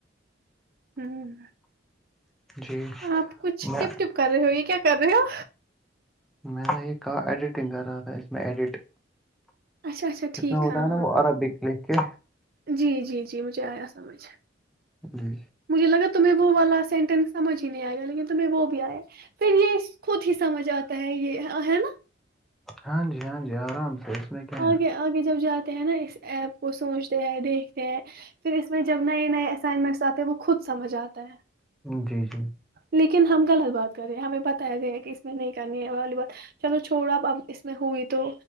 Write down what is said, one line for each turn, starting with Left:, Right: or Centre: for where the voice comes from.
Right: ہوں
Centre: جی
Right: آپ کچھ
Centre: میں
Right: ٹپ ٹپ کر رہے ہو یہ کیا کر رہے ہو
Centre: میرا یہ کارڈ ایڈیٹنگ کر رہا تھا اس میں ایڈٹ
Right: اچھا اچھا ٹھیک
Centre: اس میں ہوتا
Right: ہاں
Centre: ہے نا
Right: ہاں
Centre: وہ عربیک لکھ کے
Right: جی جی جی مجھے آیا سمجھ
Centre: جی
Right: مجھے لگا تمہیں وہ والا سینٹینس سمجھ ہی نہیں آئے گا لیکن تمہیں وہ بھی آیا پھر یہ خود ہی سمجھ آتا ہے یہ ہے نا
Centre: ہاں جی ہاں جی آرام سے اس میں کیا ہے
Right: آگے آگے جب جاتے ہیں نا اس ایپ کو سوچتے ہیں دیکھتے ہیں پھر اس میں جب نئے نئے اسائنمنٹس آتے ہیں وہ خود سمجھ آتا ہے
Centre: جی جی
Right: لیکن ہم غلط بات کر رہے ہیں ہمیں بتایا گیا کہ اس نہیں کرنی ہے والی بات چلو چھوڑو آپ اب اس میں ہوئی تو